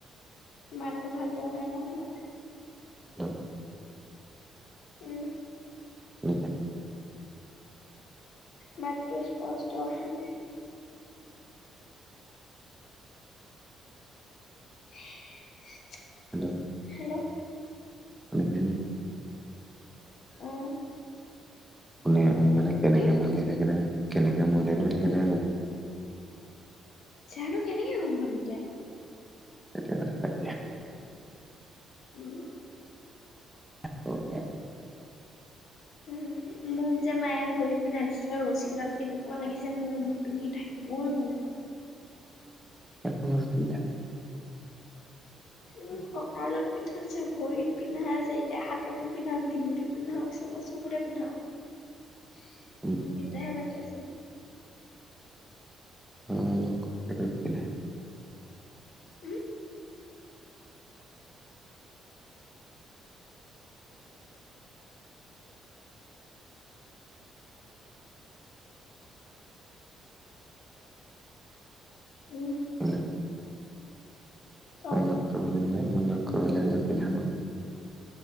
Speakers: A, on the left; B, in the centre.
A: মাতটো ভালাকে অহা নাই শুনা নাই
B: অ
A: উম
B: শুনিচা
A: মাতটো স্পষ্ট অহা নাই উ <unintelligible>
B: হেল্ল'
A: হেল্ল'
B: শুনিছানে
A: অ'।
B: শুনা নাই নিকি
A: কি
B: যানো কেনেকে মৰিলে মই এতিয়া কেনেকে গম পাম
A: জানো কেনেকে গম পাম এতিয়া
B: এইবোৰ কথা বাট দিয়া
A: উম
B: আকৌ এতিয়া
A: উ মোক যে মায়ে ভৰিত পিন্ধাই দিছিলে ৰছীডাল কেনেকুৱা লাগিছে নয় মোক পিন্ধি থাকিবই নোৱাৰো
B: নাই পিন্ধা
A: উম কঁকালত পিন্ধিছো ভৰিত পিন্ধাই আছে এতিয়া হাততো পিন্ধাওক ডিঙিটো পিন্ধাওক চব চবুতে পিন্ধক হিনতহে
B: উম
A: বা কী আছে
B: অ লক হেইবোৰ পিন্ধাই
A: উম, উম,
B: হেল্ল
A: কওক
B: অনক <unintelligible> কৰি লাগিলে পিন্ধাব